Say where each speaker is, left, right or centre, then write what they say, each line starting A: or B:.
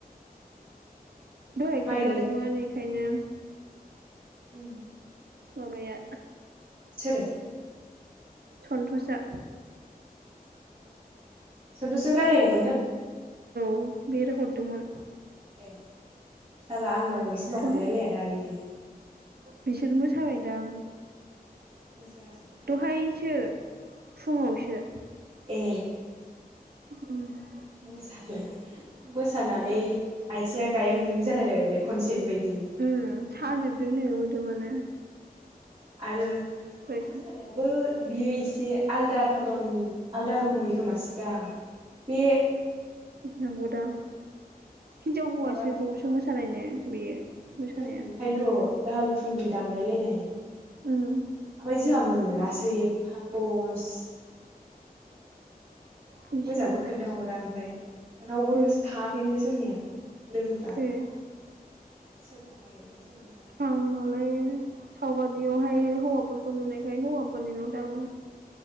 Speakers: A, on the right; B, on the right.
A: दहाय
B: माइ
A: खोन्थादोंमोन
B: गाय
A: बेखायनो
B: उम।
A: माबाया
B: सोरो
A: सन्थसआ
B: <inaudible> सन्तुसजों रायलायदोंमोन नों?
A: उम बिर हरदोंमोन
B: ए साला आंनाव हरनो थिनबा
A: दहाय
B: सरदार लाया दा बियो
A: बिसोर मोसाबायदां
B: मोसागासिनो खोमा
A: दहायसो
B: आं
A: फुङावसो
B: ए
A: उम
B: मोसानाया मोसानानै आथिङा गायें गुयं जालायलायबाय बे खनसेनि बायदि
A: उम साजोबदोंनो मोदोमानो
B: आरो
A: दहाय
B: मोसानायाबो बियो एसे आलदा धरननि आलदा रोखोमनि खोमासोदां बे
A: नंगौदां हिनजाव हौवासो
B: माबानि
A: ज'सो मोसानाय नो बेयो मोसानाया
B: उम ओंखायनथ दाहाल थुंग्रि दानलायलायनाय
A: उम
B: फाय जोंहा मोनासै एफफा लस
A: बिसोरो
B: मोजांबो खोन्थाहरा ओमफ्राय रावबो
A: उम
B: थाङाखैनो जोंनिया लोगोफ्रा
A: ए
B: सोरबा माइ गायदो <inaudible>
A: आंहालाय सावगारियावहाय हौवाफोरखौ नुनायखाय हौवाफोरनिल' दां